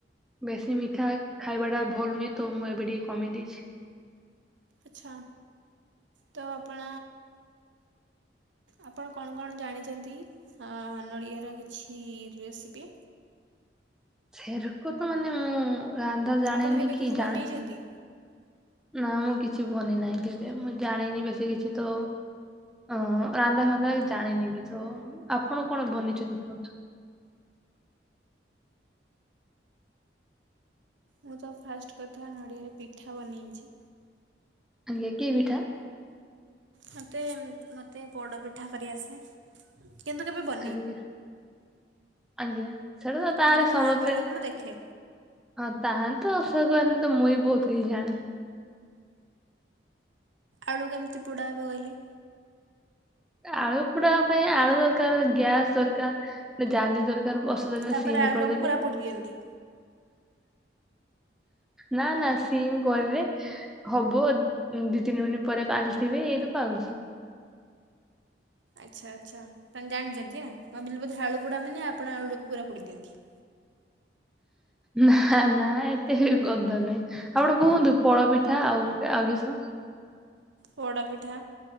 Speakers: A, in the centre; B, on the right (about 80°).
A: ବେଶୀ ମିଠା ଖାଇବାଟା ଭଲ ନୁହେଁ ତ ମୁଁ ଏବେ ଟିକେ କମେଇ ଦେଇଛି।
B: ଆଛା ତ ଆପଣ ଆପଣ କଣ କଣ ଜାଣିଛନ୍ତି ଆଁ ନଡ଼ିଆର କିଛି ରେସିପି।
A: ସେରକୁ ତ ମାନେ ମୁଁ ରାନ୍ଧା ଜାଣେନି
B: ଆପଣ କେବେ
A: କି
B: କିଛି
A: ଜାଣେ।
B: ବନେଇଛନ୍ତି?
A: ନା ମୁଁ କିଛି ବନି ନାହିଁ କେବେ ମୁଁ ଜାଣିନି ବେଶୀ କିଛି ତ ଓ ରାନ୍ଧା ଫାନ୍ଧା ଜାଣିନି ବି ତ ଆପଣ କଣ ବନେଇଛନ୍ତି କୁହନ୍ତୁ।
B: ମୁଁ ତ ଫାଷ୍ଟ କଥା ନଡ଼ିଆରେ ପିଠା ବନେଇଛି।
A: ଆଜ୍ଞା କି ପିଠା?
B: ମୋତେ ମୋତେ ପୋଡ଼ପିଠା କରିଆସେ। କିନ୍ତୁ କେବେ ବ
A: ଆଜ୍ଞା ଆଜ୍ଞା ସେଟା ତ
B: ଖାଲି
A: ତାର
B: ମୋ
A: ସମସ୍ତେ
B: ମାଆ କରନ୍ତି ମୁଁ ଦେଖେ
A: ହଁ ତାହାଲେତ <unintelligible> କରନି ତ ମୁଁ ବି ବହୁତ କିଛି ଜାଣେ।
B: ଆଳୁ କେମିତି ପୋଡ଼ା ହେବ କହିଲେ?
A: ଆଳୁ ପୁଡା ପାଇଁ ଆଳୁ ଦରକାର ଗ୍ୟାସ୍ ଦରକାର ଗୋଟେ ଜାଲି ଦରକାର। ବସେଇଦେଲେ
B: ତାପରେ
A: ସିମ୍
B: ଆଳୁ
A: କରିଦେଲେ
B: ଟାକୁ ପୁରା ପୋଡ଼ି ଦିଅନ୍ତି।
A: ନା ନା ସିମ୍ କରଲେ। ହବ ଦି ତିନି ମିନିଟ୍ ପରେ ପାଲିଟିବି ଏଇ ତ ପାଉସ।
B: ଆଚ୍ଛା ଆଚ୍ଛା ତାଲେ ଜାଣିଛନ୍ତି ମୁଁ ଭାବିଲି ବୋଧେ ଆଳୁ ପୋଡ଼ା ମାନ ଆପଣ ଆଳୁଟାକୁ ପୁରା ପୋଡ଼ି ଦିଅନ୍ତି।
A: ନା ନା ଏତେ ବି ଗଧନୁହେ। ଆଉ ଗୋଟେ କୁହନ୍ତୁ ପୋଳପିଠା ଆଉ ଆଉ କିସ।
B: ପୋଡ଼ାପିଠା